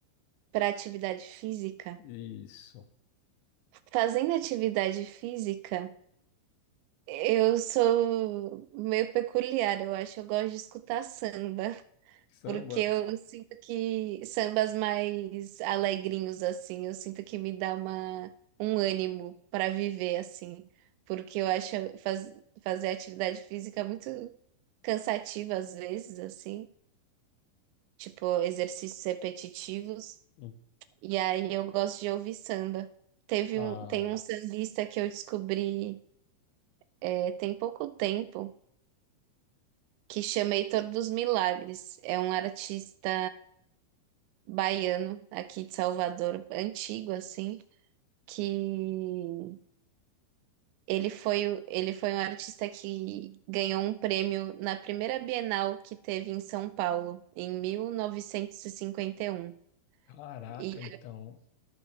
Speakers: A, on the right; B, on the left.
A: Para atividade física.
B: Isso,
A: Fazendo atividade física, eu sou meio peculiar, eu acho. Eu gosto de escutar samba.
B: samba.
A: Porque eu sinto que sambas mais alegrinhos, assim, eu sinto que me dá uma, um ânimo para viver, assim. Porque eu acho faz- fazer atividade física muito cansativa às vezes, assim. Tipo, exercícios repetitivos.
B: Hum,
A: E aí eu gosto de ouvir samba. Teve
B: Ah,
A: um, tem um sambista que eu descobri é, tem pouco tempo, que chama Heitor dos Milagres. É um artista baiano aqui de Salvador, antigo assim, que ele foi, o- ele foi um artista que ganhou um prêmio na primeira Bienal que teve em São Paulo, em 1951. E cinquenta e
B: caraca,
A: um. E
B: então.